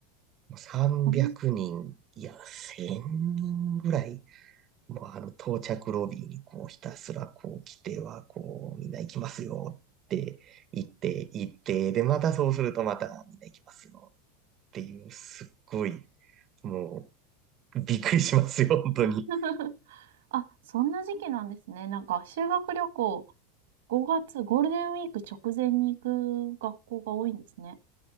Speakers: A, on the right; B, on the right.
A: 300人、
B: この、
A: いや、1000人ぐらいもうあの到着ロビーにこうひたすらこう来てはこうみんな行きますよって言って行ってでまたそうするとまたみんな行きますよっていうすっごいもうびっくりしますよ本当に。
B: <laughs> あ、そんな時期なんですね。なんか、修学旅行、5月、ゴールデンウィーク直前に行く学校が多いんですね。